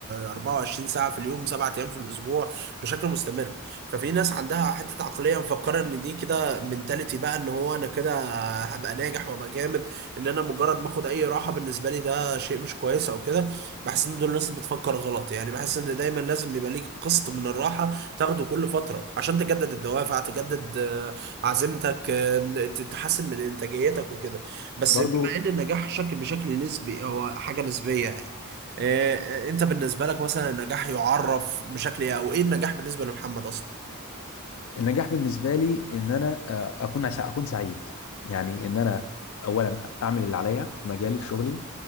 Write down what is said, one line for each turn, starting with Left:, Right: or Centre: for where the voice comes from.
Right: 24 ساعة في اليوم سبعة أيام في الأسبوع بشكل مستمر ففي ناس عندها حتة عقلية مفكرة إن دي كده منتاليتي بقى إن هو أنا كده هبقى ناجح وهبقى جامد إن أنا مجرد ما آخد أي راحة بالنسبة لي ده شيء مش كويس أو كده بحس إن دول الناس بتفكر غلط يعني بحس إن دايما لازم يبقى ليك قسط من الراحة تاخده كل فترة عشان تجدد الدوافع تجدد آه، عزيمتك آه، ت- تحسن من إنتاجيتك وكده بس
Left: برضو
Right: بما ان النجاح شكل بشكل نسبي هو حاجه نسبيه إيه انت بالنسبه لك مثلا النجاح يعرف بشكل ايه او ايه النجاح بالنسبه لمحمد اصلا
Left: النجاح بالنسبه لي ان انا آه، اكون اكون سعيد يعني ان انا اولا اعمل اللي عليا في مجالي في شغلي